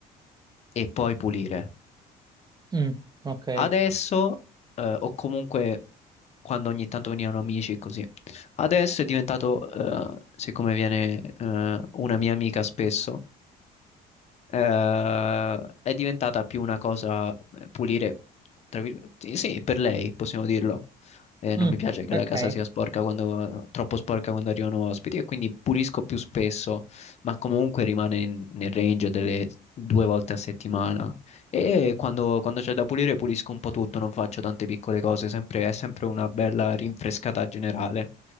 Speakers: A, on the left (about 40°); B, on the right (about 25°).
A: e poi pulire.
B: Mm, ok.
A: Adesso, eh, o comunque quando ogni tanto venivano amici e così, adesso è diventato, eh, siccome viene eh, una mia amica spesso, Eh, è diventata più una cosa eh, pulire, tra virgolette, sì, sì, per lei possiamo dirlo. Eh,
B: Mm,
A: non mi piace che
B: ok.
A: la casa sia sporca quando, troppo sporca quando arrivano ospiti e quindi pulisco più spesso, ma comunque rimane in- nel range delle due volte a settimana. E quando, quando c'è da pulire, pulisco un po' tutto, non faccio tante piccole cose, sempre- è sempre una bella rinfrescata generale.